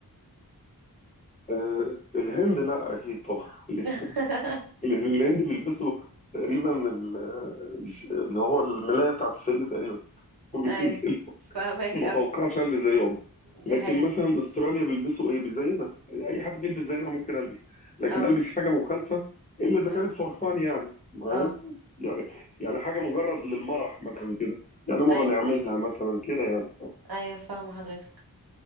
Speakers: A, on the left (about 20°); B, on the right (about 85°).
A: آه، الهند لا أكيد طبعا <laughs>
B: <laughs>
A: اللي في الهند بيلبسوا تقريبا ال- اللي هو الملاية بتاعت السرير تقريبا وبينزلوا
B: ايه فاهمك
A: <laughs> ما
B: قوي
A: اتوقعش البس زيهم لكن
B: دي حقيقة
A: مثلا استراليا بيلبسوا ايه زينا اي حد بيلبس زينا ممكن البس لكن
B: اه
A: البس حاجه مخالفه الا اذا كانت
B: ايه
A: فرفان يعني معايا
B: اه
A: يعني يعني حاجه مجرد للمرح مثلا كده يعني مره
B: ايه
A: نعملها مثلا كده يعني
B: ايه فاهمة حضرتك